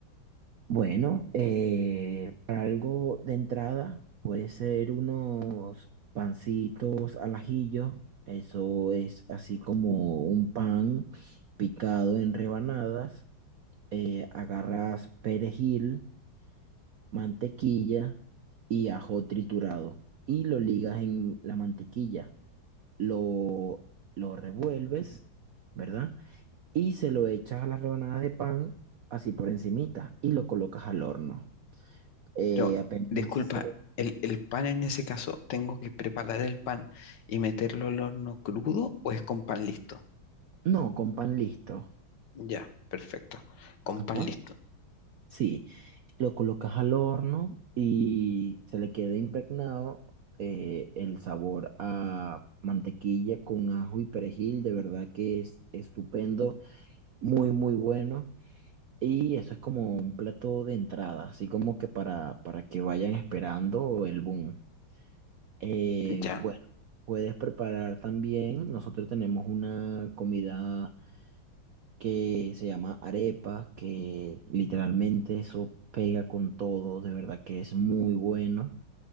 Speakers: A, on the right; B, on the left.
A: Bueno, eh, para algo de entrada puede ser unos pancitos al ajillo. Eso es así como un pan picado en rebanadas. Eh, agarras perejil. mantequilla y ajo triturado y lo ligas en la mantequilla. Lo, lo revuelves, ¿verdad? Y se lo echas a las rebanadas de pan así por encimita y lo colocas al horno. Eh,
B: Pero,
A: apenas...
B: disculpa, el, el pan en ese caso, ¿tengo que preparar el pan y meterlo al horno crudo o es con pan listo?
A: No, con pan listo.
B: Ya, perfecto. Con
A: Ajá.
B: pan listo.
A: Sí, lo colocas al horno y se le queda impregnado eh, el sabor a mantequilla con ajo y perejil. De verdad que es estupendo. muy, muy bueno. Y eso es como un plato de entrada, así como que para, para que vayan esperando el boom. Eh,
B: Ya.
A: bueno, puedes preparar también, nosotros tenemos una comida que se llama arepa, que literalmente eso pega con todo, de verdad que es muy bueno.